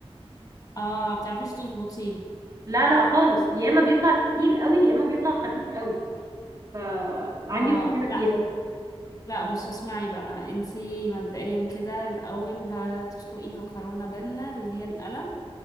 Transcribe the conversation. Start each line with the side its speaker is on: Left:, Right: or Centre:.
Left: اه ما بتعرفيش تظبطيه
Right: لا لا خالص يا اما بيطلع تقيل قوي يا اما بيطلع خفيف قوي فعندي
Left: اه
Right: مشكلة
Left: لا
Right: فيه لو
Left: لا بصي اسمعي بقى انتي مبدئيا كده الاول هتسلقي مكرونة بينا اللي هي القلم